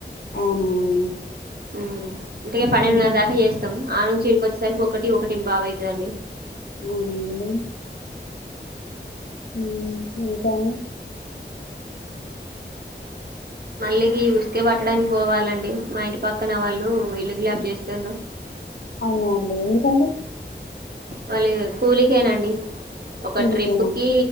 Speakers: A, on the left; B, on the right.
A: అవునా అండి
B: మ్ అంటే ఇగ పన్నెండున్నర
A: అవునండి
B: దాకా చేస్తాం ఆ నుంచి ఇడికి వొచ్చేసరికి ఒకటి ఒకటి బావ్ అయిత్ దండి
A: అవునండి ఊ ఇంకా అండి
B: మళ్ళీ గి ఉసుకే పట్టడానికి పోవాలండి మా ఇంటి పక్కన వాళ్ళు ఇల్లు గీలాబ్ చేస్తాల్లు
A: అవునా అండి ఎందుకండి
B: వాల్లు కూలికే నండి ఒక
A: కూలికేనా
B: ట్రిప్ కి